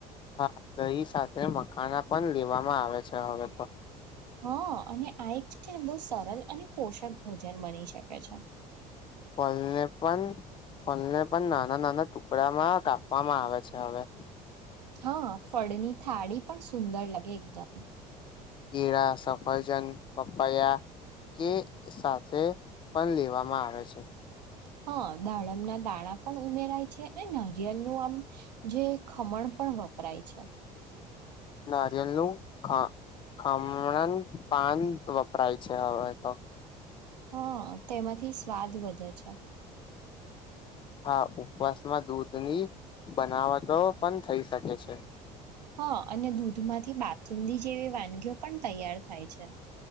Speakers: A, on the left; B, on the right.
A: હા દહી સાથે માખણાં પણ લેવામાં આવે છે હવે તો.
B: હ અને આ એક છે ને બઉ સરળ અને પોષક ભોજન બની શકે છે.
A: ફલને પણ ફલને પણ નાના-નાના ટુકડામાં કાપવામાં આવે છે. ને હવે.
B: હા ફળની થાળી પણ સુંદર લગે એકદમ.
A: કેળા, સફરજન, પપૈયાં. કે સાથે પણ લેવામાં આવે છે.
B: હા દાડમના દાણા પણ ઉમેરાય છે અને નારિયેળનું આમ જે ખમણ પણ વપરાય છે.
A: નારિયેલનું ખ ખમણન પાન વપરાય છે હવે તો.
B: હા તેમાંથી સ્વાદ વધે છે.
A: હા ઉપવાસમાં દૂધની બનાવટો પણ થઈ શકે છે.
B: હા અને દૂધમાંથી બાસુંદી જેવી વાનગીઓ પણ તૈયાર થાય છે.